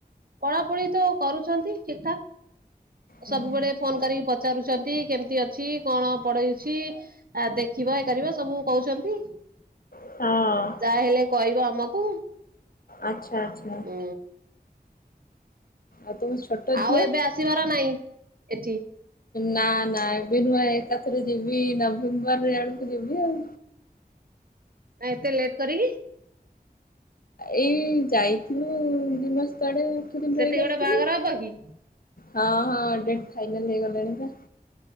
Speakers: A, on the right (about 65°); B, on the left (about 60°).
A: ପଢାପଢି ତ କରୁଛନ୍ତି ଠିକ ଠାକ। ସବୁବେଳେ
B: ଓହୋ
A: ଫୋନ କରିକି ପଚାରୁଛନ୍ତି। କେମିତି ଅଛି କଣ ପଢଉଛି। ଆ ଦେଖିବ ଏ କରିବ ସବୁ କହୁଛନ୍ତି।
B: ହଁ।
A: ଯାହାହେଲେ କହିବ ଆମକୁ।
B: ଆଚ୍ଛା ଆଚ୍ଛା।
A: ହୁଁ।
B: ଆଉ ତମ ଛୋଟ
A: ଆଉ
B: ଝିଅ?
A: ଏବେ ଆସିବାର ନାଇଁ ଏଠି।
B: ନା ନା ଏବେ ନୁହେଁ। ଏକାଥରେ ଯିବି ନଭେମ୍ବର ରେ ଆଡକୁ ଯିବି ଆଉ
A: ଆ ଏତେ ଲେଟ୍ କରିକି?
B: ଏଇ ଯାଇଥିଲୁ ଦିଇ ମାସ ତଳେ ଆଠ ଦିନ
A: ସେତିକି
B: ରହିକି
A: ଗୋଟେ
B: ଆସିଥିଲି।
A: ବାହାଘର ହବ କି?
B: ହଁ, ହଁ ଡେଟ୍ ଫାଇନାଲ୍ ହେଇଗଲାଣି ପା।